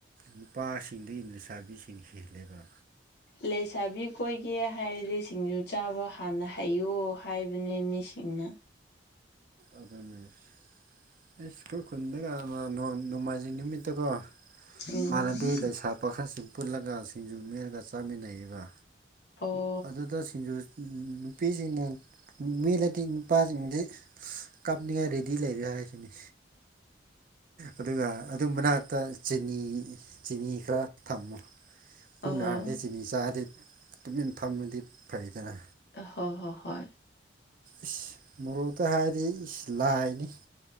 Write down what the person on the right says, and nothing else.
ꯅꯨꯄꯥꯁꯤꯡꯗꯒꯤ ꯂꯩꯁꯥꯕꯤꯁꯤꯡ ꯍꯦꯜꯂꯦꯕ
ꯑꯗꯨꯅꯦ ꯑꯩꯁ ꯑꯩꯈꯣꯏ ꯈꯨꯟꯗꯒ ꯅꯣꯡꯃꯥꯏꯖꯤꯡ ꯅꯨꯃꯤꯠꯇꯀꯣ
ꯍꯥꯟꯅꯗꯤ ꯂꯩꯁꯥ ꯄꯥꯈꯪꯁꯤꯡ ꯄꯨꯜꯂꯒ ꯁꯤꯡꯖꯨ ꯃꯦꯠꯂꯒ ꯆꯥꯃꯤꯟꯅꯩꯕ
ꯑꯗꯨꯗ ꯁꯤꯡꯖꯨ ꯅꯨꯄꯤꯁꯤꯡꯅ ꯃꯦꯠꯂꯗꯤ ꯅꯨꯄꯥꯁꯤꯡꯗꯤ ꯀꯥꯞꯅꯤꯡꯉꯥꯏ ꯔꯦꯗꯤ ꯂꯩꯔꯤ ꯍꯥꯏꯁꯤꯅꯤ ꯑꯗꯨꯒ ꯑꯗꯨ ꯃꯅꯥꯛꯇ ꯆꯤꯅꯤ ꯆꯤꯅꯤ ꯈꯔ ꯊꯝꯃꯣ ꯄꯨꯛꯅ
ꯅꯥꯔꯗꯤ ꯆꯤꯅꯤ ꯆꯥꯗꯤ ꯇꯨꯃꯤꯟꯅ ꯐꯝꯃꯗꯤ ꯐꯩꯗꯅ
ꯏꯁ ꯃꯣꯔꯣꯛꯇ ꯍꯥꯏꯔꯗꯤ ꯏꯁ ꯂꯥꯏꯅꯤ